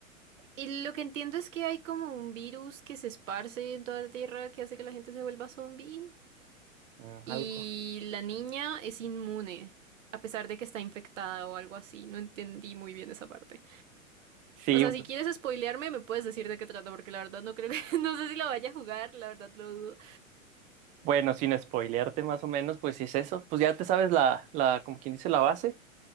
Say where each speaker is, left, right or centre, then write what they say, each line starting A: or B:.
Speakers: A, on the right; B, on the right.
A: Y lo que entiendo es que hay como un virus que se esparce en toda la tierra que hace que la gente se vuelva zombie.
B: Mm,
A: Y
B: algo.
A: la niña es inmune, a pesar de que está infectada o algo así. No entendí muy bien esa parte.
B: Sí,
A: O sea, si quieres spoilearme, me puedes decir de qué trata, porque la verdad no creo que, <laughs> no sé si lo vaya a jugar, la verdad lo dudo.
B: bueno, sin spoilearte más o menos, pues sí es eso. Pues ya te sabes la, la, como quien dice, la base.